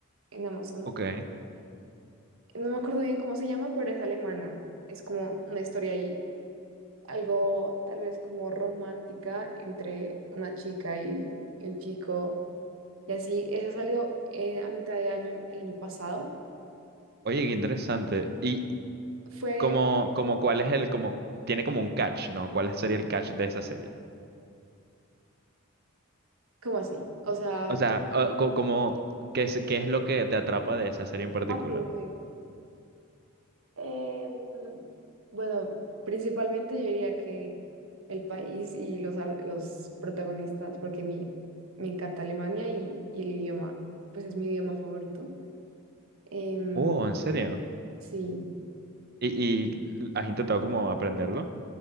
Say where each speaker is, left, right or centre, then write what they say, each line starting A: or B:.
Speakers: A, on the right; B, on the right.
A: en Amazon.
B: Ok.
A: No me acuerdo bien cómo se llama, pero es alemana. Es como una historia ahí algo tal vez como romántica entre una chica y, y un chico. Y así, esa salió eh, a mitad de año, el año pasado.
B: Oye, qué interesante. Y
A: Fue
B: como, como cuál es el, como, tiene como un catch, ¿no? ¿Cuál sería el catch de esa serie?
A: como así, o sea,
B: O
A: ok,
B: sea, ah, co- como, ¿qué es, qué es lo que te atrapa de esa serie en particular?
A: ok, ok. Em, bueno, principalmente yo diría que el país y los, ar- los protagonistas, porque mi, me encanta Alemania y, y el idioma, pues es mi idioma favorito. Em,
B: Oh, ¿en serio?
A: sí,
B: ¿Y, y has intentado como aprenderlo?